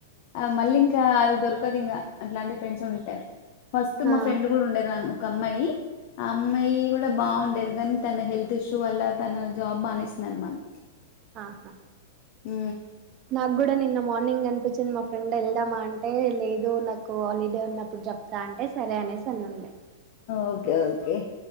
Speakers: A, on the left; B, on the right.
A: ఆ మళ్ళీ ఇంకా అది దొరకదు ఇంగ అట్లాంటి ఫ్రెండ్స్ ఉంటా ఫస్ట్
B: ఆ
A: మా ఫ్రెండ్ కూడా ఉండేది ఒక అమ్మాయి ఆ అమ్మాయి కూడా బాగుండేది కాని తన హెల్త్ ఇష్యూ వల్ల తన జాబ్ మానేసింది అనమాట
B: ఆహా
A: ఊ
B: నాకు కూడా నిన్న మార్నింగ్ అనిపించింది మా ఫ్రెండ్ వెళ్దామా అంటే లేదు నాకు ఆలిడే ఉన్నప్పుడు చెప్తా అంటే సరే అనేసి అను ఉండే
A: ఓకే ఓకే,